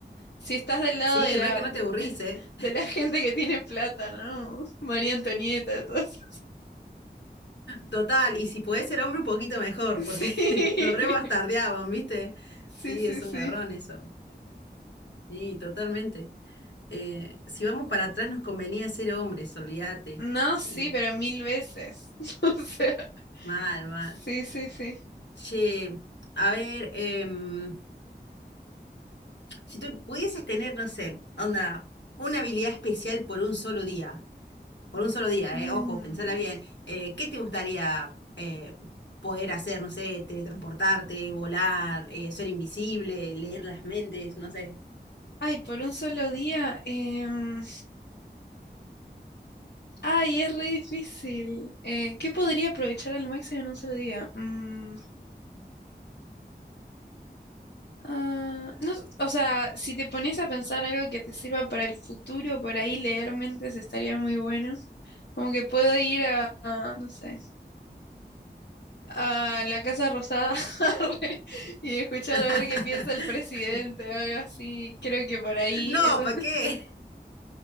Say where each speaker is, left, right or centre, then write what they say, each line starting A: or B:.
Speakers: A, on the left; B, on the left.
A: Si estás del lado
B: sí,
A: de la,
B: re que no te aburrís,
A: <laughs>
B: ¿eh?
A: de la gente que tiene plata, ¿no? María Antonieta, todas.
B: Total, y si podés ser hombre un poquito mejor,
A: <laughs>
B: porque <laughs> nos re bastardeaban, ¿viste?
A: Sí,
B: Sí,
A: sí,
B: es
A: sí,
B: un garrón
A: sí.
B: eso. Sí, totalmente. Eh, si vamos para atrás nos convenía ser hombres, olvídate.
A: No,
B: Sí,
A: sí, pero mil veces. <laughs> O sea.
B: mal, mal.
A: Sí, sí, sí.
B: Che, a ver, em, si tú pudieses tener, no sé, onda, una habilidad especial por un solo día. por un solo día,
A: Mm.
B: eh, ojo, pensala bien, eh, ¿qué te gustaría eh, poder hacer? No sé, teletransportarte, volar, eh, ser invisible, leer las mentes, no sé.
A: Ay, por un solo día. em, Ay, es re difícil. Eh, ¿qué podría aprovechar al máximo en un solo día? Mm, ah, no, s- o sea, si te pones a pensar algo que te sirva para el futuro, por ahí leer mentes estaría muy bueno. Como que puedo ir a, a, no sé, a la Casa Rosada <laughs> arre, y escuchar
B: <laughs>
A: a ver qué piensa el presidente, algo así. Creo que por ahí
B: No,
A: eso
B: ¿para qué?